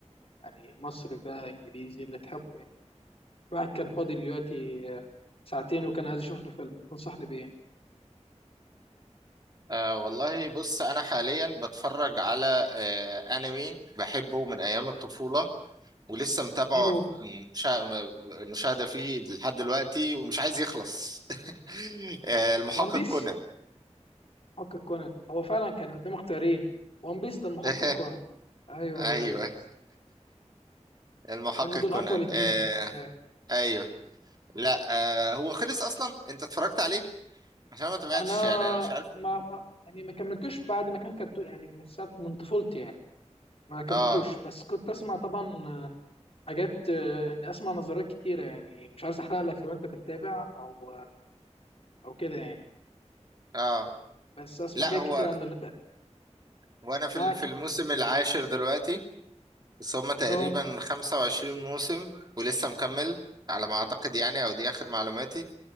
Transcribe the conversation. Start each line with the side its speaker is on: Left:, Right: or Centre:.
Left: يعني مصري بقى انجليزي اللي تحبه يعني الواحد كان فاضي دلوقتي آه، ساعتين وكان عايز يشوف له فيلم تنصحني بايه
Right: آه والله بص انا حاليا بتفرج على آه انمي بحبه من ايام الطفولة ولسه متابعه
Left: ايه هو
Right: في مشا... المشاهدة فيه لحد دلوقتي ومش عايز يخلص <laughs> آه المحقق
Left: وان بيس
Right: كونان
Left: محقق كونان هو فعلا كان قدام اختيارين وان بيس ده المحقق
Right: <laughs>
Left: كونان ايوه
Right: ايوه
Left: ايوه ايوه
Right: المحقق
Left: لان دول
Right: كونان
Left: اطول اتنين
Right: آه،
Left: أيوه،
Right: ايوه لا آه هو خلص اصلا انت اتفرجت عليه عشان ما تابعتش
Left: انا
Right: يعني انا مش عارف
Left: ما, ما يعني ما كملتوش بعد ما كان كرتون يعني من ساعه من طفولتي يعني ما كملتوش
Right: اه
Left: بس كنت اسمع طبعا آه، حاجات آه، يعني اسمع نظريات كتيره يعني مش عايز احرق لك لو انت بتتابع او آه، او كده يعني
Right: اه
Left: بس اسمع
Right: لا
Left: حاجات
Right: هو
Left: كتيره عنه اللي فات
Right: وانا في
Left: معاك
Right: ال- في الموسم العاشر دلوقتي بس هما تقريبا
Left: اه
Right: 25 موسم ولسه مكمل على ما اعتقد يعني او دي اخر معلوماتي